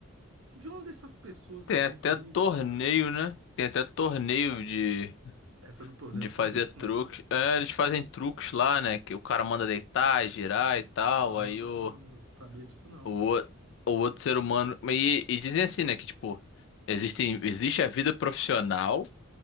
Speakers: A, on the right (about 70°); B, on the left (about 60°).
A: De onde essas pessoas
B: Tem
A: inventam
B: até
A: isso,
B: torneio,
A: cara?
B: né? Tem até torneio de
A: Essa do torneio
B: De
A: eu não
B: fazer
A: sabia. <laughs>
B: truque. É, eles fazem truques lá, né? Que o cara manda deitar, girar e tal.
A: Mano,
B: Aí o,
A: não sabia disso não.
B: o, o o outro ser humano. E, e dizem assim, né? Que tipo, existem, existe a vida profissional